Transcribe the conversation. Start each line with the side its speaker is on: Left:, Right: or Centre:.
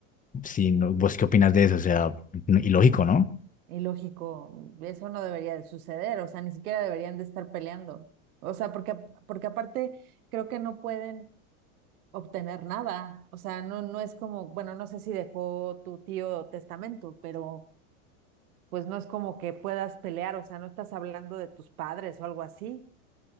Left: Sí, no, ¿vos qué opinas de eso? O sea, n- ilógico, ¿no?
Right: ilógico. Eso no debería de suceder. O sea, ni siquiera deberían de estar peleando. O sea, porque, porque aparte creo que no pueden. obtener nada. O sea, no, no es como, bueno, no sé si dejó tu tío testamento, pero pues no es como que puedas pelear, o sea, no estás hablando de tus padres o algo así,